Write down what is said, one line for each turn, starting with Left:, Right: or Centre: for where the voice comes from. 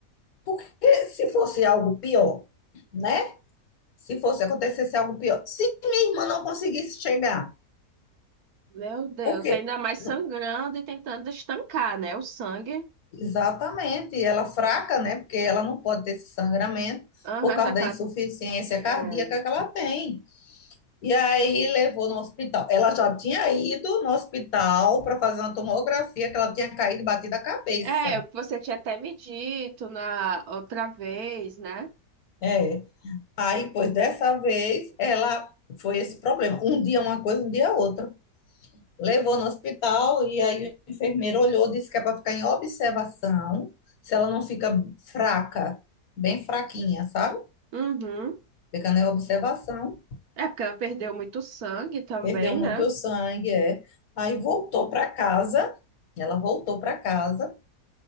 Left: porque se fosse algo pior, né? Se fosse acontecesse algo pior, se minha irmã não conseguisse chegar,
Right: Meu Deus,
Left: porque
Right: ainda mais sangrando
Left: não-
Right: e tentando estancar, né? O sangue.
Left: exatamente, ela fraca, né? Porque ela não pode ter esse sangramento
Right: Aham,
Left: por causa
Right: já que
Left: da
Right: ela.
Left: insuficiência
Right: É.
Left: cardíaca que ela tem. E aí levou no hospital. Ela já tinha ido no hospital para fazer uma tomografia, que ela tinha caído e batido a cabeça.
Right: É, você tinha até me dito na outra vez, né?
Left: É. Aí, pois dessa vez, ela foi esse problema. Um dia uma coisa, um dia outra. Levou no hospital e aí o enfermeiro olhou, disse que é para ficar em observação, se ela não fica fraca, bem fraquinha, sabe?
Right: Uhum.
Left: Ficando em observação,
Right: É porque ela perdeu muito sangue também,
Left: perdeu muito
Right: né?
Left: sangue, é. Aí voltou para casa, ela voltou para casa.